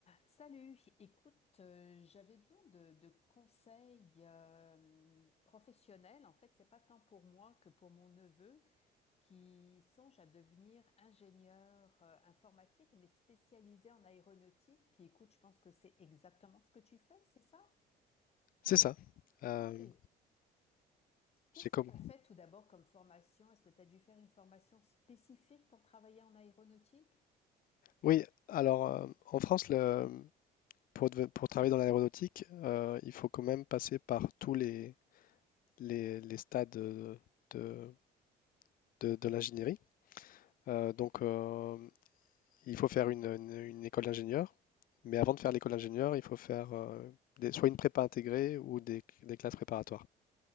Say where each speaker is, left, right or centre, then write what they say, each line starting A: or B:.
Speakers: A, on the left; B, on the left.
A: Salut, écoute, euh, j'avais besoin de, de conseils euh, professionnels. En fait, c'est pas tant pour moi que pour mon neveu qui songe à devenir ingénieur euh, informatique, mais spécialisé en aéronautique. Puis écoute, je pense que c'est exactement ce que tu fais, c'est ça?
B: C'est ça. Euh,
A: OK. Qu'est-ce
B: c'est comme.
A: que tu as fait tout d'abord comme formation? Est-ce que tu as dû faire une formation spécifique pour travailler en aéronautique?
B: Oui, alors euh, en France, le, pour, deve- pour travailler dans l'aéronautique, euh, il faut quand même passer par tous les, les, les stades de, de, de- de l'ingénierie. Euh, donc, euh, il faut faire une, une- une école d'ingénieur, mais avant de faire l'école d'ingénieur, il faut faire euh, des- soit une prépa intégrée ou des, des classes préparatoires.